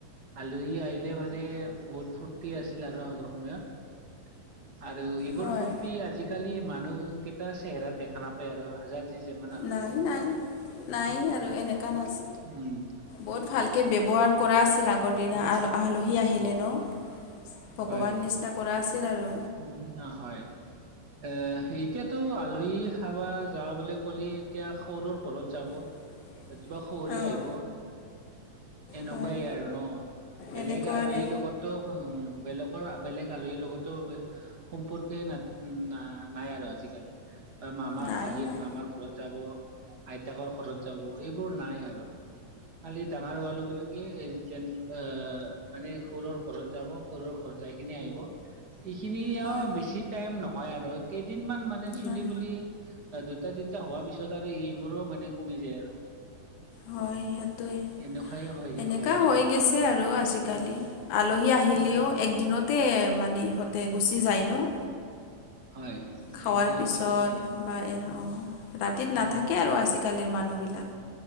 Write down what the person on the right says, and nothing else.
আলহী আহিলে মানে বহুত ফূৰ্তি আছিল আৰু আগৰ সময়ত। আৰু এইবোৰ
ফূৰ্তি আজিকালি মানুহকেইটা চেহেৰাত দেখা নাপায়। তেৰ হাজাৰ যি জমানা লৈয়ে।
উম উ উ।
উম,
হয়,
উম অ হয়। এ এ এ এতিয়াতো আলহী খাবা যাও বুলি ক'লি এতিয়া সৰুৰ ঘৰত যাব।
এ কিবা সৰে
আহিব। এনেকুৱাইে
আৰু ন বেলেগ
আলহীৰ লগত ত হু উ উ বেলেগৰ বেলেগ আলহীৰ লগতো ইহ সম্পৰ্কে ন না নাই আৰু আজিকালি বা মামা
ভাগিন
মামাৰ ঘৰত যাব আইতাকৰ ঘৰত যাব এইবোৰ নাই আৰু খালি ডাঙৰ হলগুলে কি যেন অ অ অ অ মানে সুৰৰ ঘৰত যাব। সৰুৰ ঘৰ যাই খিনি আহিব। এইখিনি আৰু
বেছি টাইম নহয় আৰু কেইদিনমান মানে চুলি
বুলি। অ দুটা তিনিটা হোৱাৰ পিছত আৰু এইবোৰো মানে কমি যায় আৰু
এনেকুৱাই হৈ
যায়
আৰু
মানে
উম
উম
হয়।
একদিনতে
গুচি যায়
উম